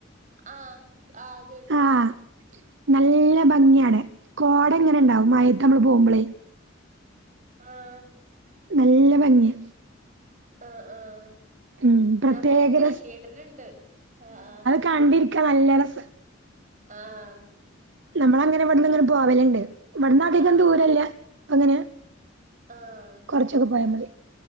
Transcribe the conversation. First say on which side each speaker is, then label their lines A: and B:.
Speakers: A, on the right (about 40°); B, on the right (about 65°).
A: ആഹ് ആഹ് കേട്ടിട്ടുണ്ട്
B: ആഹ് നല്ല ഭംഗ്യാണ് കോടെങ്ങനെണ്ടാവും മയേത്തമ്മള് പോമ്പ്ളേ
A: ആഹ്
B: നല്ല ഭംഗ്യാ
A: ആഹ് ആഹ്
B: ഉം പ്രത്യേക
A: ഞാപോയ്റ്റില്ല കേട്ടിട്ടിണ്ട് ആഹ് ആഹ്
B: കണ്ടിര്ക്ക നല്ല രസ
A: ആഹ്
B: നമ്മളങ്ങനവ്ടിന്നിങ്ങനെ പോവലിണ്ട് ഇവിടന്നതീകം
A: ആഹ്
B: ദൂരല്ല അപ്പങ്ങനെ
A: ആഹ്
B: കൊർച്ചൊക്കെ പോയ മതി